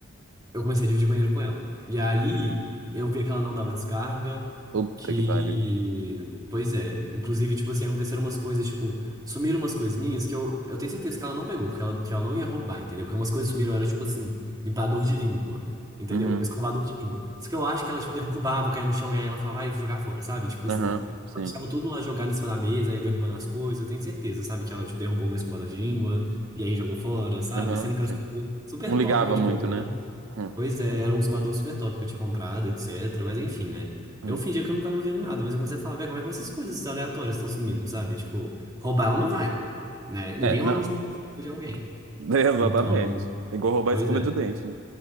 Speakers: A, on the right; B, on the right.
A: eu comecei a dividir banheiro com ela. E aí eu via que ela não dava descarga,
B: Puta
A: que.
B: que pariu.
A: Pois é, inclusive, tipo assim, aconteceram umas coisas, tipo, sumiram umas coisas minhas que eu, eu tenho certeza que ela não pegou, porque ela, que ela não ia roubar, entendeu? Porque umas coisas sumiram, era tipo assim, limpador de língua, entendeu?
B: Uhum.
A: Escovador de língua. Só que eu acho que ela, tipo, derrubava, caía no chão, e aí ela falava, vai, vou jogar fora, sabe? Tipo
B: Aham,
A: assim,
B: sim.
A: ela deixava tudo lá jogado em cima da mesa, ia derrubando as coisas, eu tenho certeza, sabe? Que ela, tipo, derrubou o meu escovador de língua, e aí jogou fora, sabe?
B: Aham,
A: Sendo que
B: sim.
A: era um escovador super
B: Não
A: top
B: ligava
A: que eu tinha
B: muito,
A: comprado.
B: né? Hum,
A: Pois é, era um escoador super top que eu tinha comprado, etc. Mas enfim, né?
B: hum.
A: Eu fingia que eu não tava vendo nada, mas eu comecei a falar, velho, como é que essas coisas aleatórias estão sumindo, sabe? Tipo, roubar ela não vai, né? Ninguém
B: É,
A: rouba
B: não.
A: o celular de alguém.
B: <laughs> Exatamente.
A: Então,
B: É Igual roubar
A: pois
B: escova
A: é,
B: de dente, né?